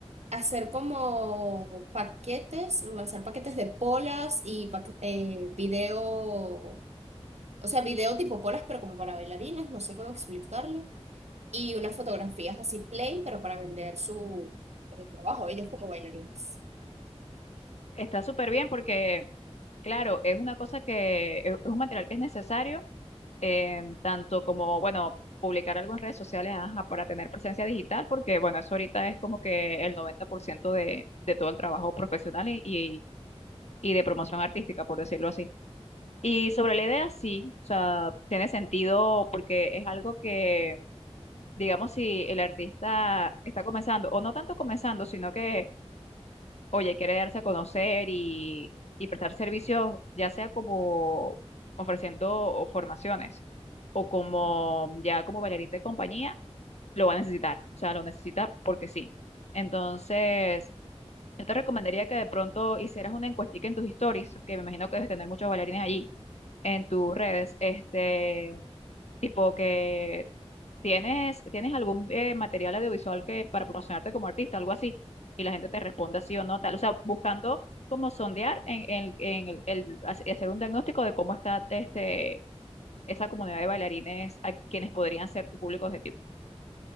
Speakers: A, on the right (about 80°); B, on the left (about 75°).
A: hacer como paquetes, lanzar paquetes de polas y paque- eh, video o sea, video tipo polas, pero como para bailarines, no sé cómo explicarlo. Y unas fotografías así plain, pero para vender su eh, trabajo, ellos como bailarines.
B: Está súper bien porque, claro, es una cosa que es es un material que es necesario, eh, tanto como, bueno, publicar algo en redes sociales ajá, para tener presencia digital, porque, bueno, eso ahorita es como que el 90% de, de todo el trabajo profesional y, y y de promoción artística, por decirlo así. Y sobre la idea, sí, o sea, tiene sentido porque es algo que, digamos, si el artista está comenzando, o no tanto comenzando, sino que, oye, quiere darse a conocer y, y prestar servicios, ya sea como ofreciendo o formaciones o como ya como bailarín de compañía, lo va a necesitar, o sea, lo necesita porque sí. Entonces, yo te recomendaría que de pronto hicieras una encuestica en tus stories, que me imagino que debes tener muchos bailarines allí, en tus redes, este, tipo que tienes, tienes algún eh, material audiovisual que para promocionarte como artista, algo así, y la gente te responda sí o no, tal, o sea, buscando como sondear en, en- en el, el- hace- hacer un diagnóstico de cómo está este, esa comunidad de bailarines a quienes podrían ser tu público objetivo.